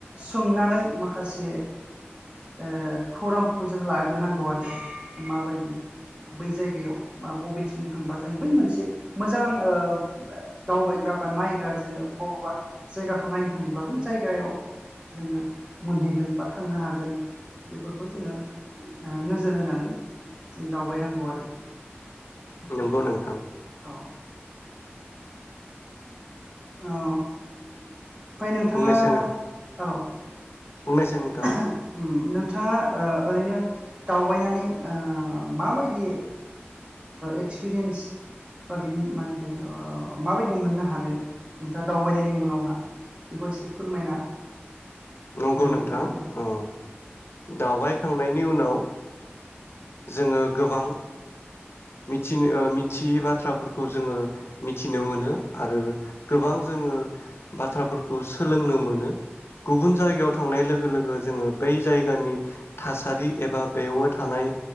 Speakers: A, on the right; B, on the left.
A: सोंनानै माखासे ओ खौरांफोरखौ जों लाग्रोनांगौ आरो माबायदि बै जायगायाव बा बबेथिं थांबा जों बै मोनसे मोजां ओ दावबायग्रा बा नायग्रा जोङो बबेबा जायगाखौ नायनो थाङोब्ला बै जायगायाव जोङो मोनहैगोन बा थांनो हागोन बेफोरखौ जोङो ओ नोजोर होनानै जों दावबायनांगौ आरो।
B: नंगौ नोंथां
A: औ औ ओमफ्राय नोंथाङा
B: बुंनायसाय नों
A: औ
B: बुंनायसाय नोंथाङा
A: <unintelligible> नोंथाङा ओरैनो दावबायनानै माबायदि एक्सपिरियेन्स बा बिनि मा होनदों माबायदि मोननो हादों नोंथाङा दावबायनायनि उनावहा बेखौ एसे फोरमायना
B: नंगौ
A: होनो
B: नोंथां
A: हागोन नामा
B: औ दावबायखांनायनि उनाव जोङो गोबां मिथियै बाथ्राफोरखौ जोङो मिथिनो मोनो आरो गोबां जोङो बाथ्राफोरखौ सोलोंनो मोनो गुबुन जायगायाव थांनाय लोगो लोगो जोङो बै जायगानि थासारि एबा बेयाव थानाय